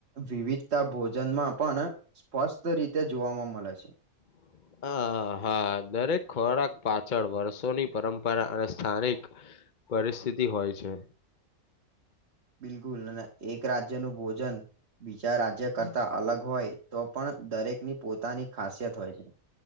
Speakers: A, on the right; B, on the left.
A: વિવિધતા ભોજનમાં પણ સ્પષ્ટ રીતે જોવામાં મલે છે.
B: <inaudible> હ હા દરેક ખોરાક પાછળ વર્ષોની પરંપરા અને સ્થાનિક પરિસ્થિતિ હોય છે
A: બિલકુલ અને એક રાજ્યનું ભોજન બીજા રાજ્ય કરતા અલગ હોય તો પણ દરેક ની પોતાની ખાસિયત હોય છે